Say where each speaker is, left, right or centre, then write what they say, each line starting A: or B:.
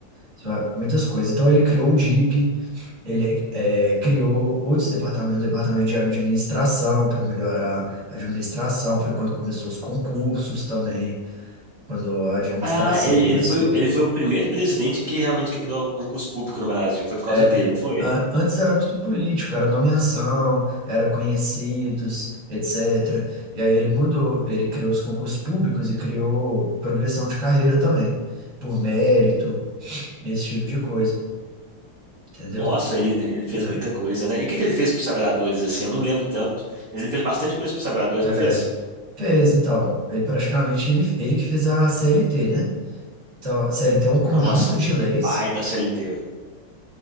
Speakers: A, on the right (about 35°); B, on the right (about 55°).
A: sua- muitas coisas. Então ele criou o DIP, ele eh, criou outros departamentos, o departamento de administração para melhorar a administração.
B: uau.
A: Foi quando começou os concursos também, quando a administração
B: Ah, ele,
A: começou.
B: ele foi, ele foi o primeiro presidente que realmente que criou concurso público no Brasil, foi por causa
A: É,
B: dele, não foi?
A: a- antes era tudo político, era nomeação, era conhecidos, etc. E aí ele mudou, ele criou os concursos públicos e criou progressão de carreira também, por mérito, esse tipo de coisa, entendeu?
B: Nossa, ele, ele fez
A: É,
B: muita coisa, né? E o que, que ele fez pros Sabradores, assim? Eu não lembro tanto, mas ele fez bastante coisa pros Sabradores,
A: é.
B: não fez?
A: Fez, então. Ele praticamente ele, ele que fez a CLT, né? Então, a CLT é um conjunto
B: Nossa, o
A: de leis.
B: pai da CLT.